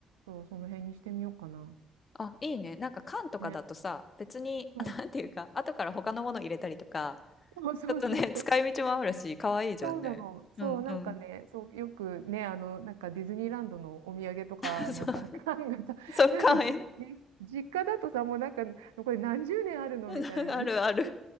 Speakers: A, on the right (about 75°); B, on the left (about 35°).
A: そう、その辺にしてみようかな。
B: あ、いいね。なんか缶とかだとさ、
A: ね。
B: 別に、
A: うん。
B: あなんていうか、後から他のもの入れたりとか、
A: <laughs> そうそうそうそう。
B: ちょっとね、使い道もあるし、可愛いじゃんね。
A: そうなの。そう、
B: うんうん。
A: なんかね、そう、よくね、あの、なんかディズニーランドのお土産とかのさ、
B: <laughs> そ
A: <laughs> 缶がさ、
B: う、そっか、
A: なんかじ、
B: え
A: じ、実家だとさ、もうなんか、これ何十年あるのみたいなね。
B: <laughs> あるある。
A: <laughs>